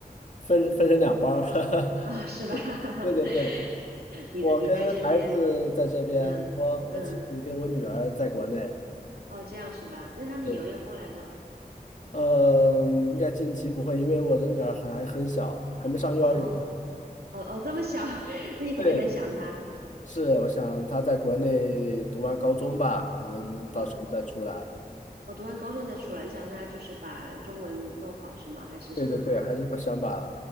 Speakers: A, on the left (about 50°); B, on the right (about 80°).
A: 分分成两班儿。<laughs>
B: 啊、是吧？<laughs>
A: 对对对，
B: 你的你在这边，
A: 我跟孩子在这边，
B: 嗯嗯，
A: 我我妻子跟我女儿在国内。
B: 哦，这样是吧？那他们以后要过来吗？
A: 对，嗯，应该近期不会，因为我的女儿还很小，还没上幼儿园。
B: 哦哦哦，这么小，<laughs> 那你肯定很想他。
A: 对，是，我想她在国内读完高中吧，可能到时候再出来。
B: 哦哦，读完高中再出来，你想他就是把中文弄好是吗？还是什么考虑？
A: 对对对，还是把想把